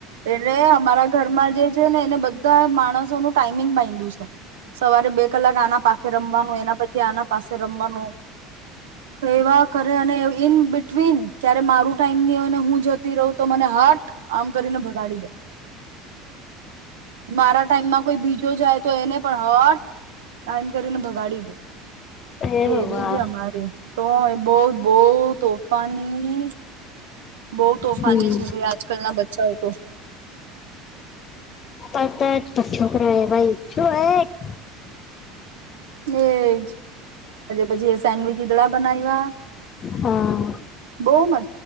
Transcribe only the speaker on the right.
એટલે અમારા ઘરમાં જે છે ને એને બ ધા માણસો નું ટાઈમિંગ બાયધું છે સવારે બેક કલાક આના પાસે રમવાનું એના પછી આના પાસે રમવાનું એવા કરે અને ઈન બિટવીન ક મારું ટાઈમ ની હોય ને હું જતી રઉ તો મને હાટ કરીને ભગાડી દે મારા ટાઈમમાં કોઈ બીજો જાય તો એને પણ હટ એમ કરીને ભ ગાડી ડે
એવી
છે અમારી તો બઉ બઉ તોફાની બઉ તોફાની
છે આજકાલના બચ્ચાઓ તો
મેજ પછી સેન્ડવિચ દીધડા બનાવ્યા.
બઉ મેં